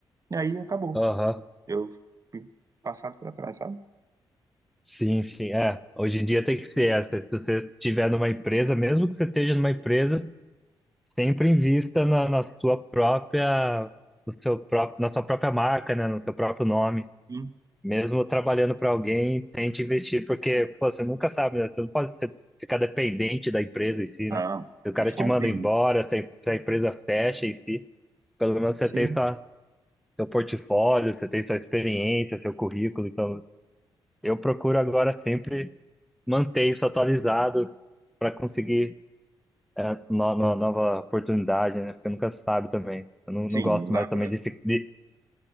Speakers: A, on the right; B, in the centre.
A: E aí acabou.
B: aham.
A: Eu fui passado para trás, sabe?
B: Sim, sim, é. Hoje em dia tem que ser. é, Se se você estiver numa empresa, mesmo que você esteja numa empresa, Sempre invista na, na sua própria, no seu próprio, na sua própria marca, né? No seu próprio nome.
A: Sim.
B: Mesmo trabalhando para alguém, tente investir, porque pô, você nunca sabe, né? Você não pode ser- ficar dependente da empresa em si,
A: Não,
B: né? Se o cara
A: de forma
B: te manda
A: nenhuma.
B: embora, se a, se a empresa fecha em si, pelo menos você
A: Sim,
B: tem sua, seu portfólio, você tem sua experiência, seu currículo. Então, eu procuro agora sempre manter isso atualizado para conseguir é, no- no- nova oportunidade, né? Porque nunca se sabe também. Eu não, não
A: sim,
B: gosto
A: não dá
B: mais também
A: para.
B: de, fi- de,